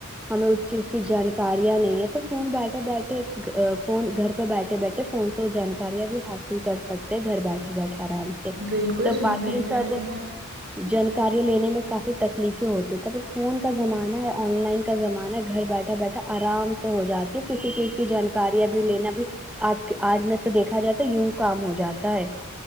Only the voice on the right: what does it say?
بالکل
صحیح
فرما
رہی ہیں آپ